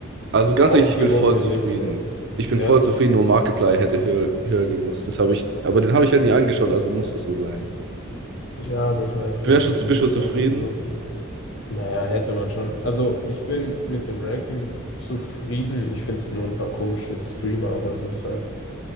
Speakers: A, on the right; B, on the left.
A: Also ganz
B: ausgewogene
A: ehrlich, ich bin voll zufrieden.
B: Liste.
A: Ich bin
B: Ja.
A: voll zufrieden, nur Markiplier hätte höher, höher gemusst. Das habe ich, aber den habe ich halt nie angeschaut, also muss es so sein.
B: Ja, aber ich meine, für
A: Wärst
B: einen Legendenstatus
A: du, zu- bist du zufrieden?
B: und so. Naja, hätte man schon. Also, ich bin mit dem Ranking zufrieden. Ich finde es nur ein paar komische Streamer, aber so ist halt.